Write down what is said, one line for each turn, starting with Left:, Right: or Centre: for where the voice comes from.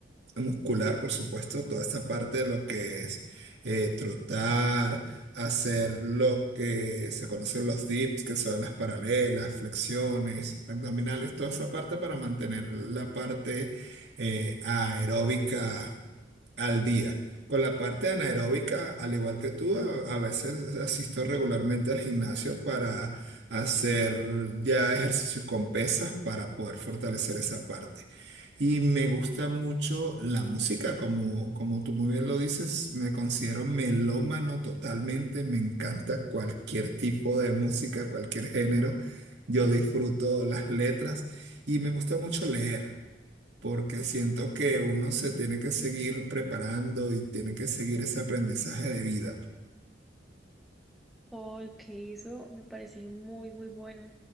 Right: muscular, por supuesto, toda esta parte de lo que es eh, trotar, hacer lo que se conocen los dips, que son las paralelas, flexiones, abdominales, toda esa parte para mantener la parte eh, aeróbica al día. Con la parte anaeróbica, al igual que tú, a, a veces asisto regularmente al gimnasio para hacer ya ejercicios con pesas para poder fortalecer esa parte. Y me gusta mucho la música, como, como tú muy bien lo dices, me considero melómano totalmente, me encanta cualquier tipo de música, cualquier género, yo disfruto las letras y me gusta mucho leer porque siento que uno se tiene que seguir preparando y tiene que seguir ese aprendizaje de vida.
Centre: Ay, ok, eso me parece muy, muy bueno.